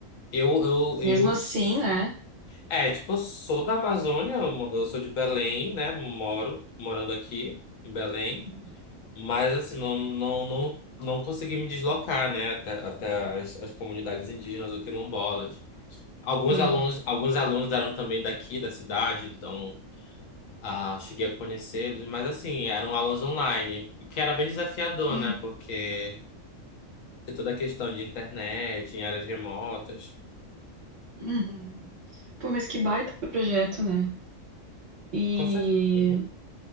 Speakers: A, on the left; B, on the right.
A: Eu, eu, eu.
B: Mesmo assim,
A: s-
B: né?
A: É, tipo, eu sou da Amazônia, eu mo- eu sou de Belém, né? Moro, morando aqui em Belém.
B: Uhum.
A: Mas, assim, não, não, não, não consegui me deslocar, né? Até, até as, as comunidades indígenas ou quilombolas. Alguns
B: Sim.
A: alunos, alguns alunos eram também daqui, da cidade, então ah, cheguei a conhecê-los. Mas, assim, eram aulas online, o que era bem desafiador,
B: Uhum.
A: né? Porque tem toda a questão de internet, em áreas remotas.
B: Uhum. Pô, mas que baita projeto, né? E,
A: Com cer- Uhum.